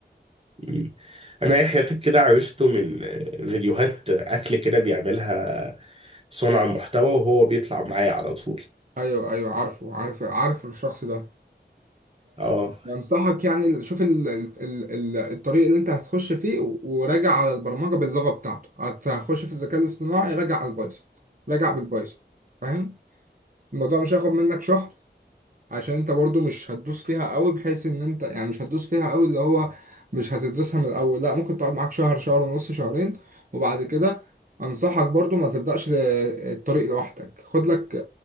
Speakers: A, on the right; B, on the right.
A: مم. انا يحيى تك كده عرفته من فيديوهات اكل كده بيعملها صانع محتوى وهو بيطلع معايا على طول
B: ايوه ايوه عارفه عارف عارف الشخص ده
A: اه
B: انصحك يعني شوف ال- ال- ال- ال- الطريق اللي انت هتخش فيه و- وراجع على البرمجه باللغه بتاعته هت- هتخش في الذكاء الاصطناعي راجع على البايثون راجع بالبايثون فاهم الموضوع مش هياخد منك شهر عشان انت برضو مش هتدوس فيها قوي بحيث ان انت يعني مش هتدوس فيها قوي اللي هو مش هتدرسها من الاول لا ممكن تقعد معاك شهر شهر ونص شهرين وبعد كده انصحك برضو ما تبدأش الطريق لوحدك خد لك